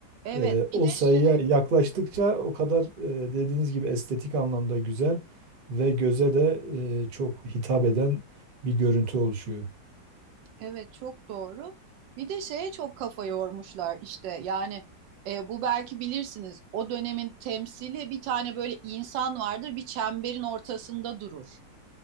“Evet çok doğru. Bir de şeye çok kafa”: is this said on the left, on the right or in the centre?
Right